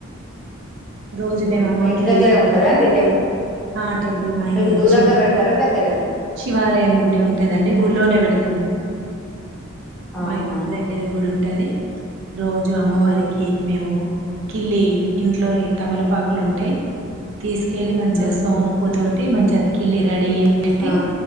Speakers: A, on the right; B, in the centre.
A: రోజు
B: ఆ,
A: మేముమ్మకి
B: మీ ఇంటి దగ్గరే ఉంటదా అండి టెం
A: ఆ టెంపుల్ మా
B: మీకు దూరంగా
A: శివ
B: పెడతారా దగ్గరేనా
A: శివాలయం గుడి ఉంటదండి గుోనే పెడతాము
B: అవునా
A: మా ఇంటి దగ్గరే గుడి ఉంటది రోజు అమ్మవారికి
B: ఉమ్,
A: మేము కిల్లి ఇంట్లో తమలపాకులు ఉంటాయి తీసుకెళ్ళి మంచిసోంపుతో
B: ఉమ్,
A: మంచి కిల్లి రెడీ కట్టి
B: ఆ,